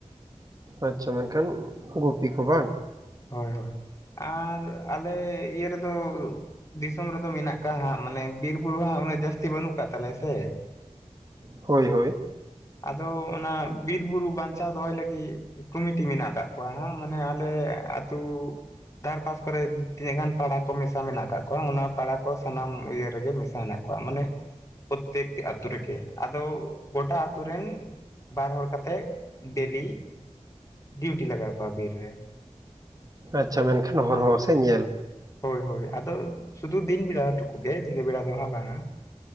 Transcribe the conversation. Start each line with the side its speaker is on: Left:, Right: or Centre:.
Right: ᱟᱪᱪᱷᱟ ᱢᱮᱱᱠᱷᱟᱱ ᱜᱩᱯᱤ ᱠᱚ ᱵᱟᱝ?
Left: ᱦᱳᱭ ᱦᱳᱭ ᱟᱨ ᱟᱞᱮ ᱤᱭᱟᱹ ᱨᱮᱫᱚ ᱫᱤᱥᱚᱢ ᱨᱮᱫᱚ ᱢᱮᱱᱟᱜ ᱠᱟᱜ-ᱟ ᱦᱟᱸᱜ ᱢᱟᱱᱮ ᱵᱤᱨ ᱵᱩᱨᱩ ᱦᱟᱸᱜ ᱩᱱᱟᱹᱜ ᱡᱟᱹᱥᱛᱤ ᱵᱟᱹᱱᱩᱜ ᱠᱟᱜ ᱛᱟᱞᱮᱭᱟ ᱥᱮ᱾
Right: ᱦᱳᱭ ᱦᱳᱭ᱾
Left: ᱟᱫᱚ ᱚᱱᱟ ᱵᱤᱨ ᱵᱩᱨᱩ ᱵᱟᱧᱪᱟᱣ ᱫᱚᱦᱚᱭ ᱞᱟᱹᱜᱤᱫ ᱠᱚᱢᱤᱴᱤ ᱢᱮᱱᱟᱜ ᱠᱟᱜ ᱠᱚᱣᱟ ᱦᱟᱸᱜ ᱢᱟᱱᱮ ᱟᱞᱮ ᱛᱩᱻ ᱫᱷᱟᱨ ᱯᱟᱥ ᱠᱚᱨᱮ ᱛᱤᱱᱟᱹᱜ ᱜᱟᱱ ᱯᱟᱲᱟ ᱠᱚ ᱢᱮᱥᱟ ᱢᱮᱱᱟᱜ ᱠᱟᱜ ᱠᱚᱣᱟ ᱚᱱᱟ ᱯᱟᱲᱟ ᱠᱚ ᱥᱟᱱᱟᱢ ᱤᱭᱟᱹ ᱨᱮᱜᱮ ᱢᱮᱥᱟ ᱦᱮᱱᱟᱜ ᱠᱚᱣᱟ ᱢᱟᱱᱮ ᱯᱨᱚᱛᱮᱠᱴᱤ ᱟᱛᱳ ᱨᱮᱜᱮ᱾ ᱟᱫᱚ ᱜᱚᱴᱟ ᱟᱛᱩ ᱨᱮᱱ ᱵᱟᱨ ᱦᱚᱲ ᱠᱟᱛᱮᱷ ᱰᱮᱞᱤ ᱰᱤᱭᱩᱴᱤ ᱞᱟᱜᱟᱣ ᱠᱚᱣᱟ ᱵᱤᱨ ᱨᱮ᱾
Right: ᱟᱪᱪᱷᱟ ᱢᱮᱱᱠᱷᱟᱱ ᱦᱚᱨᱦᱚ ᱥᱮ ᱧᱮᱞ?
Left: ᱦᱳᱭ ᱦᱳᱭ ᱟᱫᱚ ᱥᱩᱫᱷᱩ ᱫᱤᱱ ᱵᱮᱲᱟ ᱴᱩᱠᱩᱜ ᱜᱮ ᱧᱤᱫᱟᱹ ᱵᱮᱲᱟ ᱫᱚ ᱦᱟᱸᱜ ᱵᱟᱝᱟ᱾